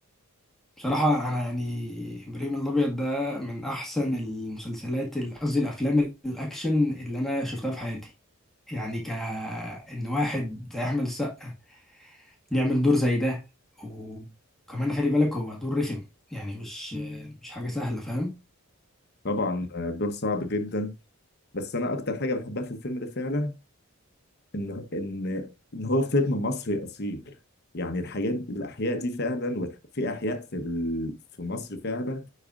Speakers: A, in the centre; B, on the left.
A: بصراحة أنا يعني إبراهيم الأبيض ده من أحسن المسلسلات ال- قصدي الأفلام الأكشن اللي أنا شفتها في حياتي يعني ك إن واحد زي أحمد السقا يعمل دور زي ده وكمان خلي بالك هو دور رخم يعني مش مم. مش حاجة سهلة فاهم
B: طبعا آه، دور صعب جدا بس أنا أكتر حاجة بحبها في الفيلم ده فعلا إن إن إن هو فيلم مصري أصيل يعني الحاجات الأحياء دي فعلا وال- في أحياء في ال... في مصر فعلا